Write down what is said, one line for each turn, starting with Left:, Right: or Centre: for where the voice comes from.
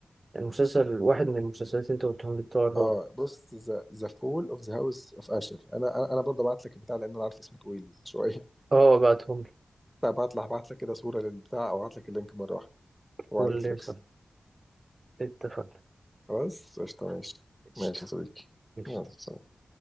Right: المسلسل واحد من المسلسلات اللي انت قلتهم لي بتوع الرعب
Centre: آه بص ذا فول اوف ذا هاوس اوف اشر انا انا أنا برضه ابعت لك البتاع لان انا عارف اسمه طويل شويه <laughs>
Right: اه بعتهم لي
Centre: فابعت لك ابعت لك كده صوره للبتاع او ابعت لك اللينك مره واحده هو
Right: قول
Centre: على نتفليكس
Right: لي صح اتفقنا
Centre: خلاص قشطه ماشي
Right: قشطة
Centre: ماشي يا صديقي
Right: قشطة
Centre: يلا سلام